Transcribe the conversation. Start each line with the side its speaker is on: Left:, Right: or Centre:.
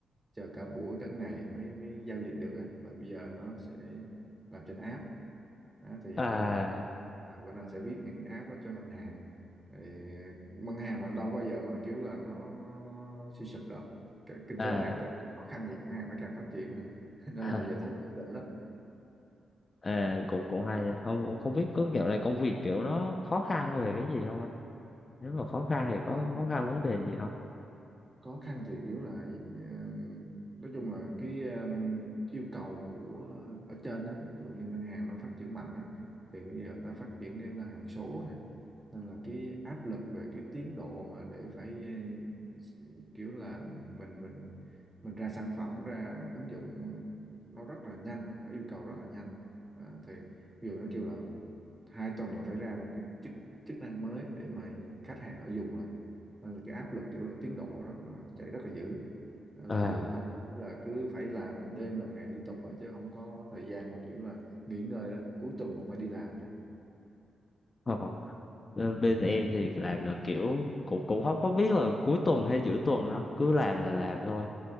Right: chờ cả buổi cả ngày mới mới giao dịch được á và bây giờ nó sẽ làm trên app á, thì
Left: à
Right: bên anh à, bên anh sẽ viết những cái app đó cho ngân hàng thì ngân hàng mà đâu bao giờ mà kiểu là nó nó nó suy sụp đâu Cái kinh
Left: à
Right: tế đang càng khó khăn thì ngân hàng nó càng phát triển mà <laughs> nên
Left: à,
Right: là giờ thấy ổn định
Left: à cũng cũng hay không cũng không biết có dạo này công việc kiểu nó khó khăn về cái gì không anh? nếu mà khó khăn thì có
Right: lắm
Left: khó khăn vấn đề gì không
Right: khó khăn thì kiểu là um, nói chung là cái um, yêu cầu của ở trên á ví dụ như ngân hàng nó phát triển mạnh á thì bây giờ nó phát triển cái ngân hàng số nè nên là cái áp lực về cái tiến độ mà để phải ừ, kiểu là mình mình mình ra sản phẩm ra ứng dụng nó rất là nhanh nó yêu cầu rất là nhanh à, thì ví dụ nó kêu là hai tuần là phải ra một cái chức chức năng mới để mà khách hàng họ dùng nên là cái áp lực kiểu là tiến độ nó ờ, chạy rất là dữ Ờ,
Left: à
Right: bây giờ áp lực là cứ phải làm đêm làm ngày liên tục á chứ không có thời gian mà kiểu là nghỉ ngơi đâu cuối tuần cũng phải đi làm nữa
Left: ờ, ờ, bên em thì làm là kiểu cũng cũng không có biết là cuối tuần hay giữa tuần đâu cứ làm là làm thôi